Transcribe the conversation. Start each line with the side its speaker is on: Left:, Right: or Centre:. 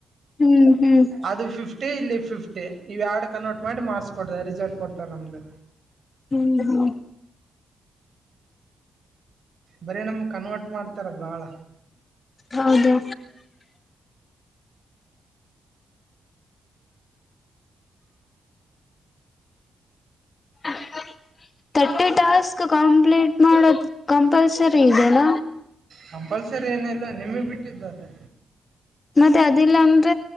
Left: ಹ್ಮ್ ಹ್ಮ್
Right: ಅದು ಫಿಫ್ಟಿ ಇಲ್ಲಿ ಫಿಫ್ಟಿ ಇವು ಎರಡು ಕನ್ವೋರ್ಟ್ ಮಾಡಿ ಮಾರ್ಸ್ ಕೊಡತ ರಿಸಲ್ಟ್ ಕೊಡ್ತಾರೆ ನಮ್ದು
Left: ಹ್ಮ್ ಹ್ಮ್
Right: ಬರೇ ನಮಗ್ ಕನ್ವರ್ಟ್ ಮಾಡ್ತಾರ ಬಾಳ
Left: ಹೌದು <inaudible> ರ್ಟಿ ಟಾಸ್ಕ್ ಕಂಪ್ಲೀಟ್ ಮಾಡೋದು ಕಂಪಲ್ಸರಿ ಇದದೆಣ
Right: ಕಂಪಲ್ಸರಿ ಏನ ಇಲ್ಲ ನಿಮ್ಮೇ ಬಿಟ್ಟಿದ್ದದೆ
Left: ಮತ್ತೆ ಅದಿಲ್ಲ ಅನ್